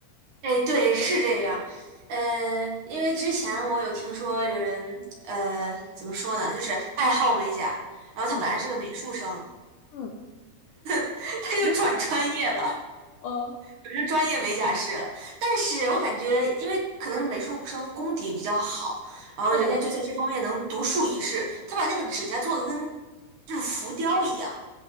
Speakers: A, on the right (about 60°); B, on the left (about 70°).
A: 哎，对，是这样。呃，因为之前我有听说有人，呃，怎么说呢，就是爱好美甲，然后他本来是个美术生，
B: 嗯嗯
A: <laughs> 他就转专业了，
B: <laughs> 嗯，
A: 转成专业美甲师了。但是我感觉，因为可能是美术生功底比较好，然后人家就在这方面能独树一帜，
B: 是的，
A: 他把那个指甲做的跟
B: 对，
A: 就是浮雕一样，